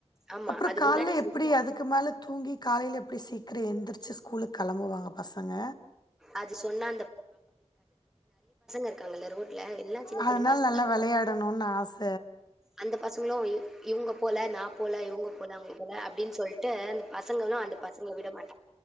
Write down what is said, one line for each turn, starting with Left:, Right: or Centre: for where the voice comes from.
Centre: ஆமா.
Left: அப்புறம்
Centre: அதுக்கு
Left: கால
Centre: முன்னாடி
Left: எப்படி அதுக்கு க்கு மேல தூங்கி காலையில எப்டி சீக்கிரம் எந்திரிச்சு ஸ்கூலு கிளம்புவாங்க பசங்க
Centre: அது சொன்னா இருக்காங்க ரோட்டு ல்ல சின்ன
Left: அதனால
Centre: சின்ன பச
Left: நல்லா வெளையாடணுன்னு ஆச
Centre: அந்த பசங்களும் இவங்க போல நான் போல இவுங்க போனாங்க போல அப்படின்னு சொல்லி ட்டு அந்த பசங்கும் அந்த பசங்களை விட மாட்